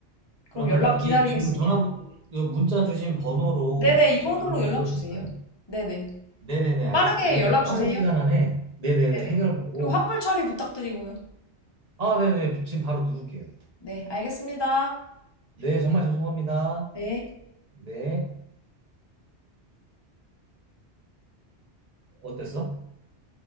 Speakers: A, on the left; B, on the right.
A: 그럼
B: 그러면은
A: 연락 기다리겠습니다.
B: 이 지금 전화
A: 네네.
B: 문자 주신 번호로
A: 네네, 이번호로
B: 이제 연락을
A: 연락
B: 드려도
A: 주세요.
B: 될까요?
A: 네네.
B: 네네네.
A: 좀
B: 알겠습니다.
A: 빠르게
B: 저희가
A: 연락
B: 빠른
A: 주세요.
B: 시간 안에 네네네
A: 네네.
B: 해결 보고
A: 그리고 환불 처리 부탁드리고요.
B: 아, 네네. 지금 바로 누를게요.
A: 네, 알겠습니다.
B: 네, 정말 죄송합니다.
A: 네.
B: 네. 어땠어?